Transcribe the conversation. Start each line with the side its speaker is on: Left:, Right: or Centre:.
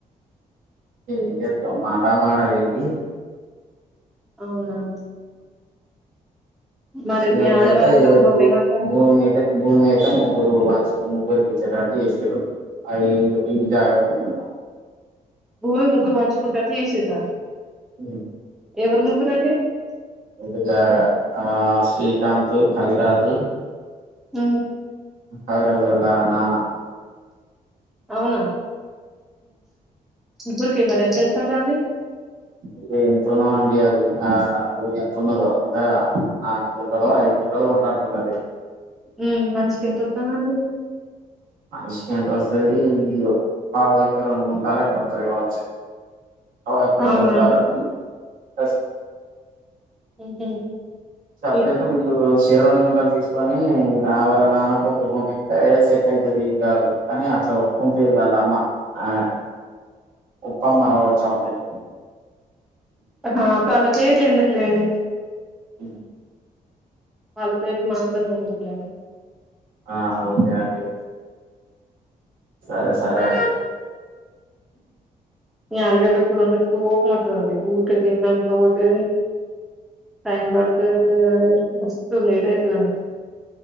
Right: ఏ ఎత్త మామా వెలి
Centre: అవునా మరి
Right: చివరికి
Centre: మీ ఆడవాళ్ళ
Right: అయితే ఏదో
Centre: అమ్మమ్మ
Right: భూ
Centre: ఏమంటాంది
Right: భూమి అయితే భూమి అయితే ముగ్గురు ముగ్గురికిచ్చేటటు చేసారు అ ఇ జాగా ప
Centre: భూమి ముగ్గురు మంచుకుంటారు చేసేదా
Right: అ
Centre: ఎవరు ముగ్గుర అండి
Right: ఎందుకా ఆ శ్రీకాంత్ కవిరాజు
Centre: హ
Right: అవిరదలా నానా
Centre: అవునా గుర్క మరింత ఎంతా కాండి
Right: ఇది ఎంతున అండి అది ఆ ఎంతన్నదో అంత ఆగు గుంటలు ఐదుగుంటలు ఉంటట్టున్నది
Centre: ఉ మనిషికి ఎంత వస్తానండి
Right: అ ఎంట వస్తుది ఈ పావుదొక్క రెండు గుంటాలు అట్ కొత్తది కావచ్చు అ ఎక్కడడుండ
Centre: అవునా
Right: ఉంటాలి అ స
Centre: ఊహూ
Right: సపరేట్
Centre: ఈ
Right: వీళ్ళు శరను గుంటలు తీసుకొని నా వల్ నాన కూపకుంట్ అవుతుది ఏం కాదు కానీ అట్లా ఒప్పుకుంటది వాళ్ళ అమ్మ ఆ ఒప్పమా చరు
Centre: ా చాల పేర్లు ఎందుకులేండి
Right: అ
Centre: పలు పేరిలు మనక నేకయను
Right: ఆ ఓకే ఆటే సరే సరే
Centre: ఈ ఆలుగడ్డ కూలుండ కోపం అవుతుందిండి ఊరిక గందంతకోపోతే టైం పడితే మస్తు లేట్ అయితుందండి